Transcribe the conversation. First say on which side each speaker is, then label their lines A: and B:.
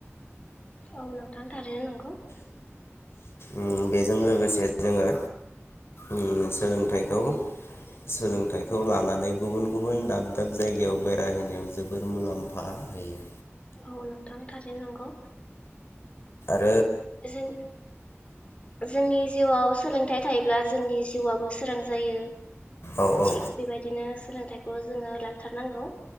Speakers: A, on the left (about 25°); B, on the left (about 60°).
A: औ नोंथां थारैनो नंगौ।
B: उम बेजों लोगोसे जोङो उम सोलोंथाइखौ सोलोंथाइखौ लानानै गुबुन गुबुन दाब दाब जायगायाव बेरायहैनायाव जोबोर मुलाम्फा होयो।
A: औ नोंथां थारैनो नंगौ।
B: ओ
A: जों जोंनि जिउआव सोलोंथाइ थायोब्ला जोंनि जिउबो सोरां जायो।
B: औ औ
A: थिक बेबायदिनो सोलोंथाइखौ जोङो लाथारनांगौ।